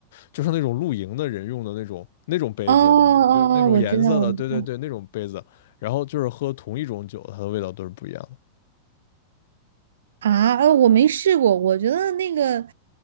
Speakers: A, on the left; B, on the right.
A: 就是那种露营的人用的那种那种杯子，
B: 哦哦哦，
A: 你你就那种颜色的，
B: 我知道，我知道。
A: 对对对，那种杯子，然后就是喝同一种酒，它的味道都是不一样的，
B: 啊，呃我没试过，我觉得那个，